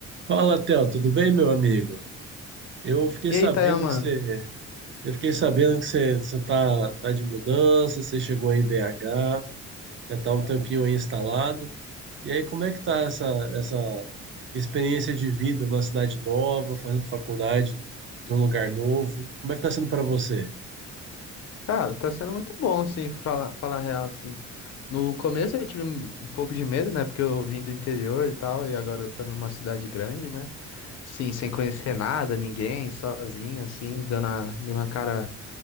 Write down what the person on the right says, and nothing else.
Fala, Theo, tudo bem, meu amigo? Eu fiquei
sabendo
que você, eu fiquei sabendo que você, você tá, tá de mudança, você chegou aí em BH, já tá um tempinho aí instalado. E aí, como é que tá essa, essa experiência de vida numa cidade nova, fazendo faculdade num lugar novo? Como é que tá sendo para você?